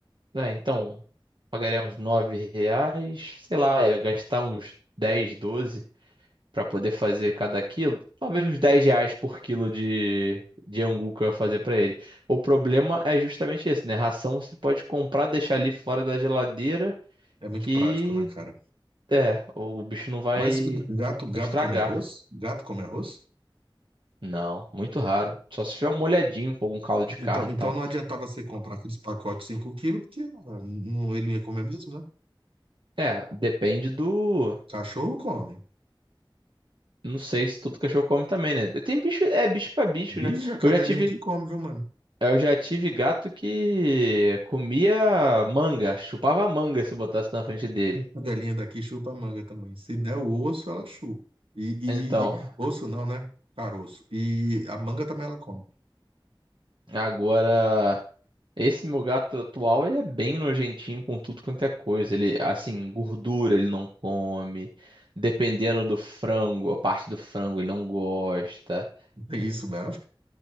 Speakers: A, on the right; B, on the right.
A: né, então, pagaria uns 9 reais, sei lá, ia gastar uns 10 12 pra poder fazer cada quilo. Talvez uns 10 reais por quilo de, de angu que eu ia fazer pra ele. O problema é justamente esse, né? Ração você pode comprar, deixar ali fora da geladeira,
B: É muito
A: que
B: prático, né, cara?
A: é, o bicho não vai
B: Mas g- gato, gato
A: estragar.
B: come arroz? Gato come arroz?
A: Não, muito raro. Só se tiver molhadinho com algum caldo
B: Então,
A: de carne
B: então
A: e tal.
B: não adiantava você comprar aqueles pacotes de 5 quilos, porque ah, não, ele não ia comer mesmo, né?
A: É, depende do.
B: Cachorro come.
A: Não sei se todo cachorro come também, né? Tem bicho, é bicho pra bicho,
B: Vige
A: né?
B: a cadelinha
A: Eu já tive,
B: aqui come, viu, mano?
A: eu já tive gato que comia manga, chupava manga se botasse na frente dele.
B: A Cadelinha daqui chupa a manga também. Se der o osso, ela chupa. E, e-
A: Então,
B: e- e- osso não, né? Caroço. E a manga também ela come.
A: agora esse meu gato atual, ele é bem nojentinho com tudo quanto é coisa. Ele, assim, gordura ele não come. Dependendo do frango, a parte do frango ele não gosta.
B: Tem isso mesmo?